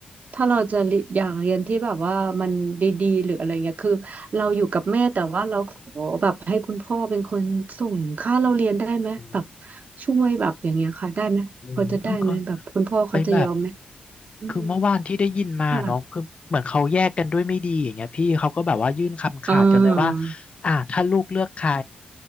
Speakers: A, on the right (about 55°); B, on the left (about 35°).
A: ถ้าเราจะเรียอยากเรียนที่แบบว่ามันดีๆหรืออะไรเงี้ยคือเราอยู่กับแม่แต่ว่าเราขอแบบให้คุณพ่อเป็นคนส่งค่าเราเรียนได้ไหมแบบ
B: อืม
A: ช่วยแบบอย่างเงี้ยค่ะได้ไหมพอจะได้ไหมแบบคุณพ่อเขาจะยอมไหม
B: โอ้ยเพิ่งเคยไปแบบ
A: อืม
B: คือเมื่อวานที่ได้ยินมาเนาะคือเหมือนเขาแยกกันด้วยไม่ดีอย่างเงี้ยพี่เขาก็แบบว่ายื่นคำขาดกันเลยว่า
A: ค่ะอ่า
B: อ่าถ้าลูกเลือกใคร